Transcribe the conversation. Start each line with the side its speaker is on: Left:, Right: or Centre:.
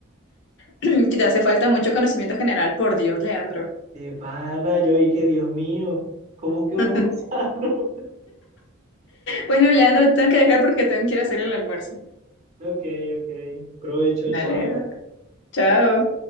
Left: <clears throat> Te hace falta mucho conocimiento general, por Dios, Leandro.
Right: de pana. Yo y que Dios mío, ¿cómo que unos
Left: <laughs>
Right: gusanos? <laughs>
Left: Bueno, Leandro, te tengo que dejar porque tengo que ir a hacer el almuerzo.
Right: Ok, ok. Provecho,
Left: Dale,
Right: chao.
Left: chao.